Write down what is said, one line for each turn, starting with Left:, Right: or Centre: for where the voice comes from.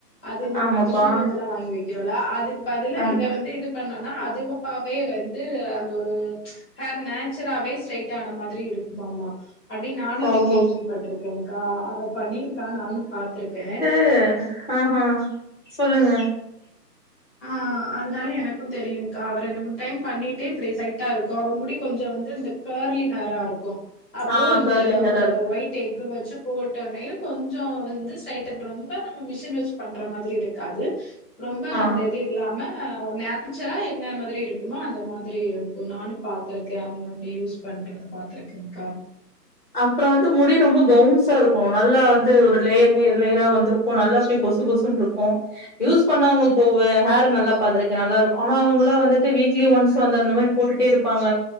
Centre: அது நம்ம
Left: ஆமாப்பா
Centre: மிஷினு இதெல்லா வாங்கி வெக்கறோல்ல அதுக்கு பதில
Left: ஆம்
Centre: இத வந்து இது பண்ணோனா அதுவாவே வந்து அந்த ஒரு ஹேர் நே ச்சராவே ஸ்ட்ரைட் ஆனா மாதிரி இருக்குமாம்மா அப்டி நானு இத
Left: ஓஹோ
Centre: கேள்விப்பட்ருக்கங்கா அவ பண்ணீயிருக்கா நானு பாத்துருக்க
Left: து ஆஹா சொல்லுங்க
Centre: ஆ அதனால எனக்கு தெரியுங்க்கா அவ ரெண்டு மூணு டைம் பண்ணீட்டு இப்படி சைட்டா இருக்கு அவ முடி கொஞ்சோ வந்து இந்த கர்லி ஹேரா இருக்கு அப்போ
Left: ஆ
Centre: இந்த
Left: கர்லி ஹேரா
Centre: ஒ
Left: இருக்கு
Centre: ஒயிட் டெஃகு வெச்சு போட்டன்னையு கொஞ்சோ வந்து ஸ்ட்ரைட்டன் ரொம்ப நம்ம மிஷின் வெச்சு பண்ற மாதிரி இருக்காது ரொம்ப
Left: ஆ
Centre: அந்த இது இல்லாம நேச்சரா என்ன மாதிரி இருக்கும்மோ அந்த மாதிரி இருக்கு நானு பாத்துருக்க அவங்க அப்டி யூஸ் பண்றத பாத்துருக்கங்கா
Left: அப்பறோ வந்து முடி ரொம்ப பவுன்சா இருக்கு நல்லா வந்து ஒரு லேயர் லேயர் லேயரா வந்துருக் கு நல்லா அப்டியே பொசு பொசுன்ருக்கு. யூஸ் பண்ணவங்க போவ ஹேர்ற நல்லா பாத்துருக்க நல்லா இருக்கு அனா அவங்களா வந்துட்டு வீக்லி ஒன்ஸ் அந்த அந்த மாரி போட்டுட்டே இருப்பாங்க